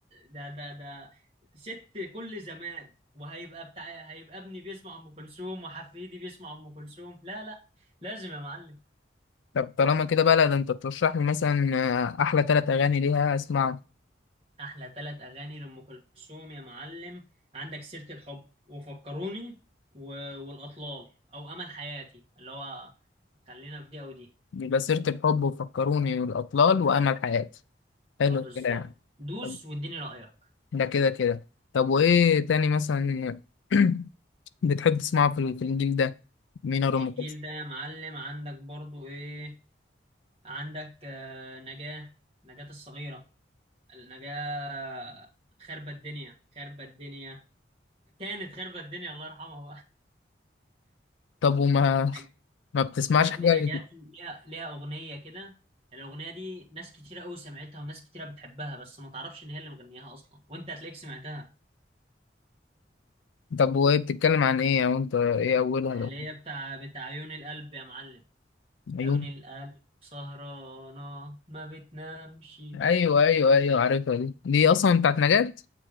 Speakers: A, on the right; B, on the left.
A: ده ده ده ست كل زمان وهيبقى بتاع هيبقى ابني بيسمع ام كلثوم وحفيدي بيسمع ام كلثوم لا لا لازم يا معلم
B: طب طالما كده بقى لا ده أنت ترشح لي مثلا أحلى تلات أغاني ليها أسمعهم
A: احلى ثلاث اغاني لام كلثوم يا معلم عندك سيرة الحب وفكروني و... والاطلال او امل حياتي اللي هو خلينا في دي او دي
B: يبقى سيرة الحب وفكروني والأطلال وأمل حياتي حلو
A: اه بالظبط
B: الكلام
A: دوس
B: طب
A: واديني رايك
B: ده كده كده طب وإيه تاني مثلا <clears throat> بتحب تسمعه في ال- في الجيل ده مين أو
A: الجيل
B: أم كلثوم
A: ده يا معلم عندك برضو ايه عندك آه، نجاة نجاة الصغيرة النجاة خربت الدنيا خربت الدنيا كانت خربت الدنيا الله يرحمها
B: طب وما
A: نج-
B: ما بتسمعش
A: يا ابني
B: حاجة
A: نجاة ليها ليها أغنية كده الأغنية دي ناس كتيرة أوي سمعتها وناس كتيرة بتحبها بس ما تعرفش إن هي اللي مغنياها أصلا وأنت هتلاقيك سمعتها
B: طب وهي بتتكلم عن إيه أو أنت إيه أولها
A: اللي
B: لو-
A: هي بتاع بتاع عيون القلب يا معلم
B: أيوه
A: عيون القلب سهرانة ما بتنامش
B: أيوه أيوه أيوه عارفها دي دي أصلا بتاعت نجاة